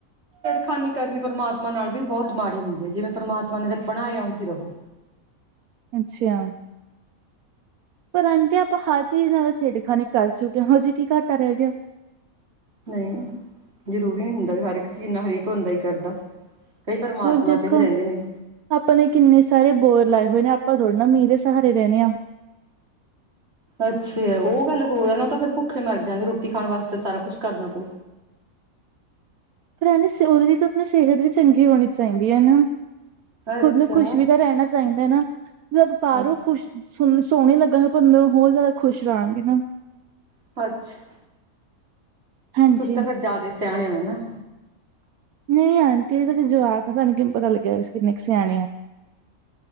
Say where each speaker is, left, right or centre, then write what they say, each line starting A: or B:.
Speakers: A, on the right (about 50°); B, on the right (about 85°).
A: ਖਾਨੀ ਕਰਨੀ ਪ੍ਰਮਾਤਮਾ ਨਾਲ ਵੀ ਬਹੁਤ ਮਾੜੀ ਹੁੰਦੀ ਐ ਜਿਵੇਂ ਪ੍ਰਮਾਤਮਾ ਨੇ ਬਣਾਇਆ ਉਂਝ ਹੀ ਰਹੋ
B: ਅੱਛੀਆ ਪਰ ਰਹਿਦੇ ਆਪਾਂ ਹਰ ਚੀਜ਼ ਨਾਲ ਛੇੜਖਾਨੀ ਕਰ ਚੁੱਕੇ ਹਜੇ ਕੀ ਘਾਟਾ ਰਹਿ ਗਿਆ
A: ਨਈ ਜ਼ਰੂਰੀ ਨੀ ਹੁੰਦਾ ਹਰ ਇੱਕ ਚੀਜ਼ ਨਾਲ ਹਰੇਕ ਬੰਦਾ ਹੀ ਕਰਦਾ ਆ ਕਈ ਪਰਮਾਤਮਾ
B: ਹੋਰ ਦੇਖੋ
A: ਤੇ ਵੀ ਰਹਿੰਦੇ ਨੇ
B: ਆਪਾਂ ਨੇ ਕਿੰਨੇ ਸਾਰੇ ਬੋੜ ਲਾਏ ਹੋਏ ਨੇ ਆਪਾਂ ਥੋੜੇ ਨਾ ਮੀਂਹ ਦੇ ਸਹਾਰੇ ਰਹਿਣੇ ਆ
A: ਅੱਛਾ ਉਹ ਗੱਲ ਹੋਰ ਨਾ ਤਾਂ ਫੇਰ ਭੁੱਖੇ ਮਰਜਗੇ ਰੋਟੀ ਖਾਣ ਵਾਸਤੇ ਸਾਰਾ ਕੁੱਛ ਕਰਨਾ ਪਊ
B: ਪਰ ਐਨੀ ਸੇਉਲ ਵੀ ਤਾਂ ਆਪਣਾ ਸਿਹਤ ਵੀ ਚੰਗੀ ਹੋਣੀ ਚਾਹੀਦੀ ਐ ਨਾ
A: ਅੱਛਾ
B: ਖੁਦ ਨੂੰ ਖੁਸ਼ ਵੀ ਤਾਂ ਰਹਿਣਾ ਚਾਈਦਾ ਨਾ ਜਦ ਪਾਰੋਂ
A: ਅੱਛਾ
B: ਖੁਸ਼ ਸੁਨ ਨੂੰ ਸੋਹਣੀ ਈ ਲੱਗਾਗੇ ਪਰ ਮ ਹੋਰ ਜ਼ਿਆਦਾ ਖੁਸ਼ ਰਹਾਂਗੇ ਨਾ
A: ਅੱਛਾ
B: ਹਾਂਜੀ।
A: ਤੁਸੀਂ ਤਾਂ ਫੇਿਰ ਜ਼ਿਆਦਾ ਸਿਆਣੇ ਉ ਨਾ
B: ਨਹੀਂ ਆਂਟੀ ਅਜੇ ਤੇ ਅਸੀਂ ਜਵਾਕ ਆ ਤਾਨੂੰ ਕਿਵੇਂ ਪਤਾ ਲੱਗਿਆ ਅਸੀਂ ਕਿੰਨੇ ਕ ਸਿਆਣੇ ਆ